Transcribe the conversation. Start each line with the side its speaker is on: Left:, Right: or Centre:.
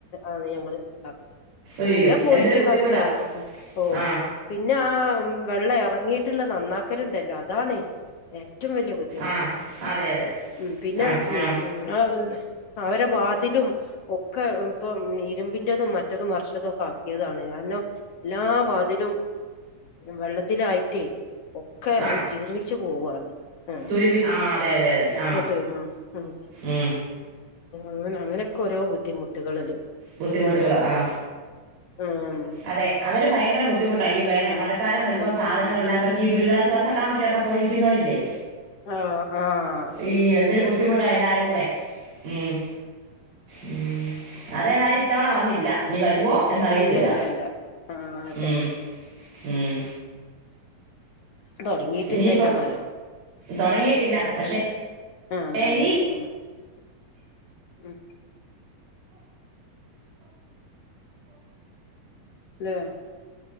Left: ആണ് ഞങ്ങള് ഉണ്ടാക്കല്ല്
Right: അയ്യോ
Left: പിന്നെ പോയിട്ട്
Right: എന്തൊരു ബുദ്ധിമുട്ടാ
Left: കർച്ചറക്കി ഓ
Right: ആ
Left: പിന്ന വെള്ളം ഇറങ്ങിയിട്ടുള്ള നന്നാക്കലുണ്ടല്ലോ അതാണേ ഏറ്റവും ഏറ്റവും വലിയ ബുദ്ധിമുട്ട്
Right: ആ അതെ അതെ
Left: ഉം പിന്നെ
Right: ആ
Left: ഉം
Right: ആ
Left: ഒന്നുല്ല അവരെ വാതിലും ഒക്കെ ഇപ്പം ഇരുമ്പിൻന്റെതും മറ്റതും മറിച്ചതും ഒക്കെ ആക്കിയതാണ് കാരണം എല്ലാ വാതിലും വെള്ളത്തിലായിട്ടേ ഒക്കെ
Right: ആ
Left: ജീർണിച്ചു പോവാണ് ആ
Right: തുരുമ്പി ആ അതെ അതെ അതെ ആ
Left: മുത്തചേര്മ്മം ഉം
Right: ഉം,
Left: അങ്ങനെ അങ്ങനെക്കെ ഓരോ ബുദ്ധിമുട്ടുകളല്ലേ
Right: ബുദ്ധിമുട്ടുകൾ ആ
Left: ഉം
Right: അതെ അതൊരു ഭയങ്കരബു ബുദ്ധിമുട്ടാ ഇ വേന
Left: ഉം
Right: മഴക്കാലം വരുമ്പോ
Left: ഉം
Right: സാധനങ്ങളെല്ലാ
Left: ഉം
Right: പെർക്കി ദുരിതാശ്വാസ കാമ്പിലൊകെ പോയിൽക്കുന്നവരില്ലേ
Left: ആനൊ ആ
Right: ഈ എന്തൊരു ബുദ്ധിമുട്ടാ എല്ലാരും കൂടെ ഉം ഉം അത് ഏതായാലും ഇത്തവണ വന്നില്ല ഇനി വരുവോ എന്നറിയത്തില്ല
Left: ഇല്ല ഇല്ല ഇല്ല ആഹ് അതന്നെ
Right: ഉം ഉം
Left: തോടങ്ങിട്ടില്ലല്ലോ
Right: ഇനിയിപ്പം
Left: മഴ
Right: തുടങ്ങിയിട്ടില്ല
Left: ഉം
Right: പക്ഷേ
Left: ഉ ആ അതന്നെ
Right: ഇനി
Left: ഉ ഉ ആലെയൊ